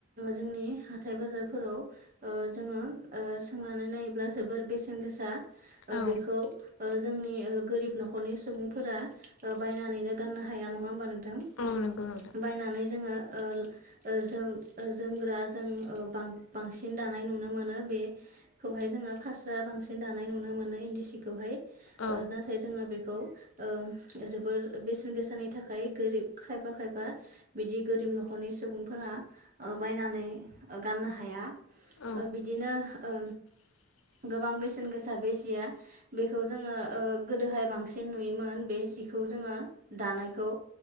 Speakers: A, on the right; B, on the left.
A: जोंनि हाथाय बाजारफोराव ओ जोङो ओ सोंनानै नायोब्ला जोबोर बेसेन गोसा ओ
B: औ
A: बेखौ ओ जोंनि ओ गोरिब न'खरनि सुबुंफोरा ओ बायनानैनो गाननो हाया नङा होमबा नोंथां
B: औ नंगौ नोंथां
A: बायनानै जोङो ओ ओ जोम जोमग्रा जों ओ बां बांसिन दानाय नुनो मोनो बेखौ ओमफाय जोङो फास्रा बांसिन दानाय नुनो मोनो इन्दि सिखौहाय ओ
B: औ
A: नाथाय जोङो बेखौ ओ जोबोर बेसेन गोसाानि थाखाय गोरिब खाय खायफा खायफा बिदि गोरिब नख'रनि सुबुंफोरा ओ बायनानै ओ गाननो हाया ओ
B: औ
A: बिदिनो ओ
B: <inaudible>
A: गोबां बेसेन गोसा बे जिया बेखौ जोङो ओ गोदोहाय बांसिन नुयोमोन बे जिखौ जोङो दानायखौ